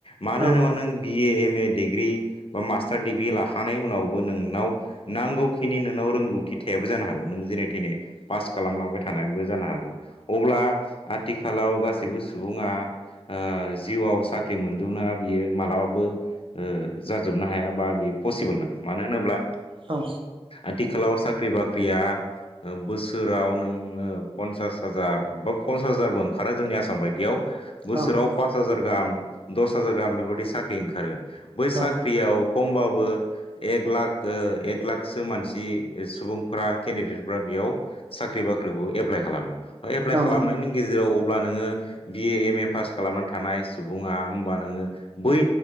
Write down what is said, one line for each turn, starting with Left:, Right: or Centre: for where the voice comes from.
Left: मानो
Right: औ
Left: होनोबा नों B A M A degree बा मास्तार दिग्री लाखांनाय उनाबो नोंनाव नांगौखिनि नोंनाव रोंगौथि था बो जानो हागौ नों जेने तेने पास खालामलांनाय बो जानो हागौ अब्ला आं आथिखालाव गासैबो सुबुङा ओ जिउआव साख्रि मोनजोबनाया बियो मालाबाबो जाजोबनो हाया बा बियो पसिबोलना मानो होनोब्ला
Right: औ
Left: आथिखालाव साख्रि बाख्रिया बोसोराव नोङो पन्सास हाजार बा पन्सास हाजारबो ओंखारो जोंनि आसाम बायदियाव बोसोराव
Right: औ
Left: पास हाजार गाहाम दस हाजार गाहाम बेबायदि साख्रि ओंखारो बै साख्रियाव
Right: औ
Left: कमबाबो एक लाख एक लाखसो मानसि सुबुंफोरा केन्दिदेटफ्रा यियाव साख्रि बाख्रिखौ एप्लाइ खालामो एप्लाइ
Right: औ
Left: खालामनायनि
Right: नंगौ
Left: गेजेराव अब्ला नोङो बि ए एम ए पास खालामनानै थानाय सुबुङा होमबा नोङो बै